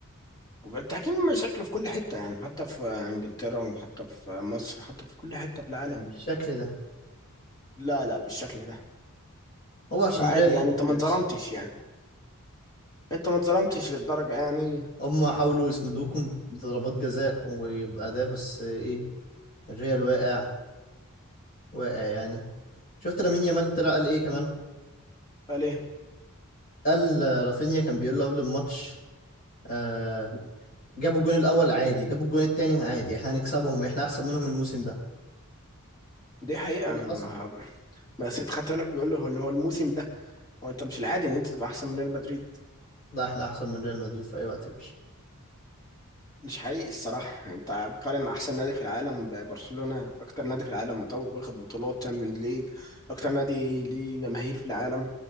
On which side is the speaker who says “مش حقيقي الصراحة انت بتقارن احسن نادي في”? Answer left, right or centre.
Left